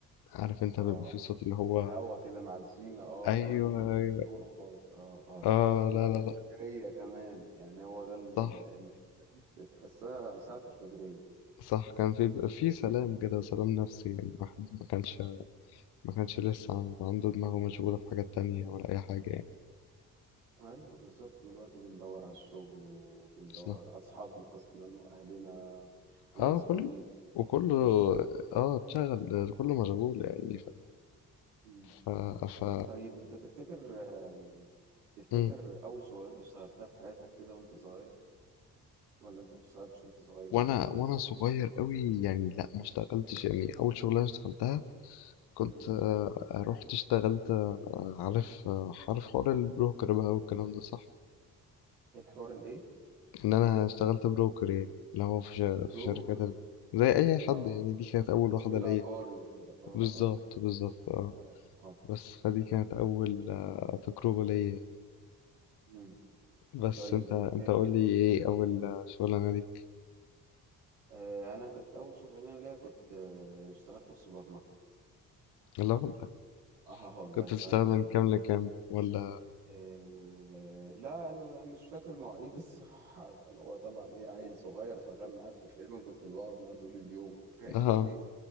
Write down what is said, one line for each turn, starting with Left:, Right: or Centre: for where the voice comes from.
Left: عارف انت
Right: اه
Left: بيبقى في صوت اللي هو
Right: الهوا كده مع الزينة اه
Left: ايوه
Right: اه ليه
Left: ايوه
Right: ليه شعور خاص اه اه
Left: اه
Right: وقت
Left: لا لا
Right: الفجرية
Left: لا
Right: كمان يعني هو ده ال-
Left: صح
Right: الحتة دي تحسها ساعة الفجرية
Left: صح كان في بيبقى في سلام كده سلام نفسي يعني الواحد ما كانش ما كانش لسه عن- عنده دماغه مشغولة في حاجات تانية ولا أي حاجة يعني
Right: ايوه بالظبط دلوقتي بندور على الشغل وبندور
Left: بس
Right: على اصحابنا اصلا واهلنا ومسحولين
Left: اه كل
Right: كده
Left: وكله
Right: ومش فاضي
Left: اه اتشغل كله مشغول يعني فاهم
Right: مم.
Left: ف ف
Right: طيب انت تفتكر آه، تفتكر
Left: مم.
Right: اول شغلانة اشتغلتها في حياتك كده وانت صغير ولا انت ما اشتغلتش وانت صغير
Left: وانا
Right: ولا ايه؟
Left: وانا صغير قوي يعني لا ما اشتغلتش يعني اول شغلانه اشتغلتها كنت
Right: مم.
Left: آه، رحت اشتغلت آه، عارف آه، عارف حوار البروكر بقى والكلام ده صح
Right: الحوار الايه؟
Left: ان انا اشتغلت بروكر يعني اللي هو في ش-
Right: بروكر
Left: في شركات ال- زي اي حد
Right: اه
Left: يعني دي كانت اول
Right: تسويق
Left: واحده ليا
Right: عقاري وكده اه
Left: بالظبط
Right: اه
Left: بالظبط اه
Right: اه اه
Left: بس فدي كانت اول آه، تجربه ليا
Right: مم.
Left: بس
Right: طيب
Left: انت
Right: وكانت
Left: انت
Right: ايه الدنيا
Left: قول لي ايه
Right: فيها
Left: اول شغلانه ليك
Right: آه انا كنت اول شغلانه ليا كنت آه اشتغلت في سوبر ماركت
Left: لا والله
Right: اه والله
Left: كنت
Right: اشتغلت
Left: بتشتغل من
Right: في سوبر
Left: كام
Right: ماركت
Left: لكام ولا
Right: آه لا انا مش فاكر مواعيد <laughs> الصراحه كان هو طبعا ايه عيل صغير شغال معاه فتقريبا كنت بقعد معاه طول اليوم <laughs> فاهمني
Left: اه